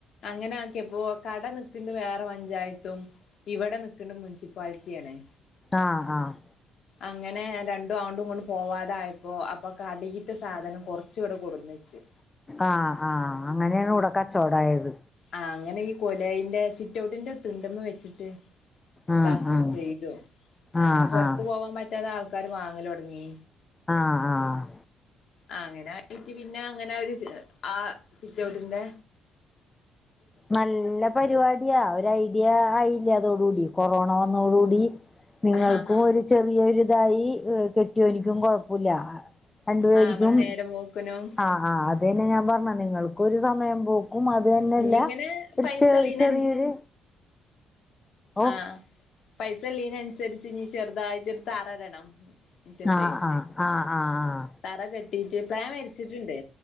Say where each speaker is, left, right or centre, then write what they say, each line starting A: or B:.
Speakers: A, on the left; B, on the left.
A: അങ്ങനെ ആക്കിയപ്പോ കട നിക്ക്ണ്ട് വേറെ പഞ്ചായത്തും ഇവിടെ നിക്ക്ണ്ട് മുൻസിപ്പാലിറ്റിയണേ
B: ആഹ് ആഹ്
A: അങ്ങനെ രണ്ടും അങ്ങടും ഇങ്ങടും പോവാതായപ്പോ അപ്പൊ കടേത്ത സാധനം കുറച്ചു ഇവിടെ കൊടുന്നച്ച്
B: ആഹ് ആഹ് അങ്ങനെയാണ് ഇവിടെ കച്ചവടായത്
A: ആ അങ്ങനെ ഈ കൊലയിന്റെ സിറ്റ് ഔട്ടിന്റെ തിണ്ടന്ന് വെച്ചിട്ട്
B: ആഹ്
A: ഇതാക്കി
B: ആഹ്
A: ചെയ്തു അങ്ങനെ
B: ആഹ്
A: പുറത്തു
B: ആഹ്
A: പോവാൻ പറ്റാതെ ആൾക്കാ ക്കാര് വാങ്ങല് തുടങ്ങി
B: ആഹ് ആഹ്
A: അങ്ങനെ ആയിട്ട് പിന്നെ അങ്ങനെ ഒരു ചെ ആ സിറ്റോട്ടിന്റെ
B: നല്ല പരിപാടിയാ ഒരു ഐഡിയ ആയില്ലേ അതോട് കൂടി കൊറോണ വന്നോടുകൂടി നിങ്ങൾക്കും
A: ആ ആ
B: ഒരു ചെറിയൊരിതായി കെട്ടിയോനിക്കും കൊഴപ്പമില്ല രണ്ടുപേരിക്കും
A: ആ നമ്മള് നേരം പോക്കിനും
B: ആ ആ അത് തന്നെ ഞാൻ പറഞ്ഞ നിങ്ങൾക്കും ഒരു സമയം ക്കും അത് തന്നെയല്ല
A: ഇഞ്ഞിങ്ങനെ
B: ഒരു
A: പൈസള്ളീന
B: ചെ ചെറിയൊരു ഓ
A: ആഹ് പൈസല്ലീനനുസരിച്ച് ഇ ചെറുതായിട്ട് ഒരു തറടണം മുറ്റത്തേ
B: ആഹ് ആഹ് ആഹ്
A: തറ കെട്ടിട്ട് പാ വേടിച്ചിട്ടുണ്ട്